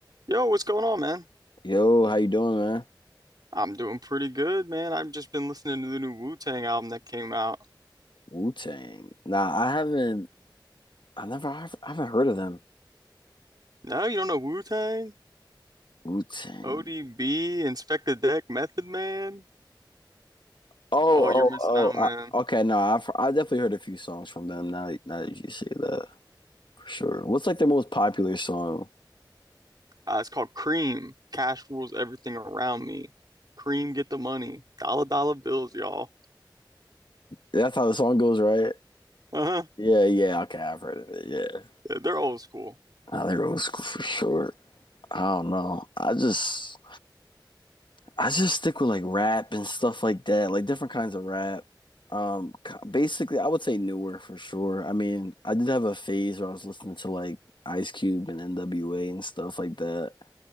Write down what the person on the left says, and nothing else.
Yo, how you doing, man?
Wu-Tang. Nah, I haven't. I never. I haven't heard of them.
Wu-Tang.
Oh,
oh,
oh.
I, okay, no. I've I definitely heard a few songs from them. Now, that- now that you say that, for sure. What's like their most popular song?
That's how the song goes, right?
Yeah, yeah. Okay, I've heard of it. Yeah.
Nah, they're old school for sure. I don't know. I just. I just stick with like rap and stuff like that, like different kinds of rap. Um, k- basically, I would say newer for sure. I mean, I did have a phase where I was listening to like Ice Cube and NWA and stuff like that,